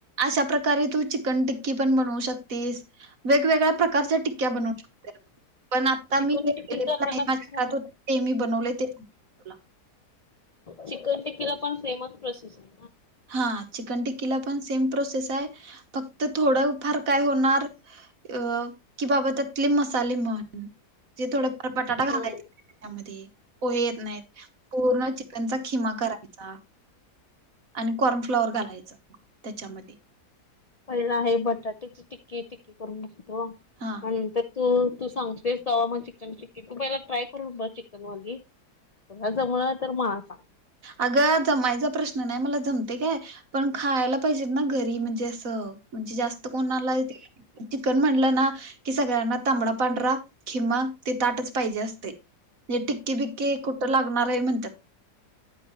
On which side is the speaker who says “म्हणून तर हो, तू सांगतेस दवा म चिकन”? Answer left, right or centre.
Left